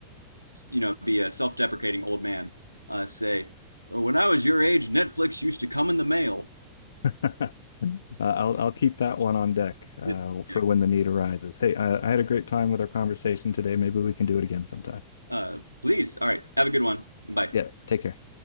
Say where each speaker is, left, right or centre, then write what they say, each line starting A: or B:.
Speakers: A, on the left; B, on the left.
A: you know be a self-deprecating old man, uh, say, "Oh, "When I was your age, Netflix used to come in the mail."
B: <laughs> uh, I'll I'll keep that one on deck uh,
A: It-
B: for
A: like,
B: when the need arises. Hey, I, I had a great time with our conversation today. Maybe we can do it again sometime.
A: Uh, please, all right, have a good one. Bye.
B: Yeah, take care.